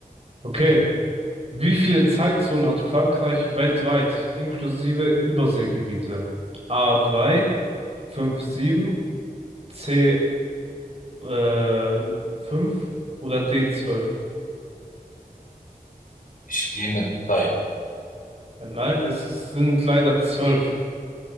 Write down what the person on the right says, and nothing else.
Okay. Wie viele Zeitzonen hat Frankreich weltweit, inklusive Überseegebiete? A3, 5, 7, C, äh, 5 oder d 12?
Äh, Nein, es ist, sind leider zwölf.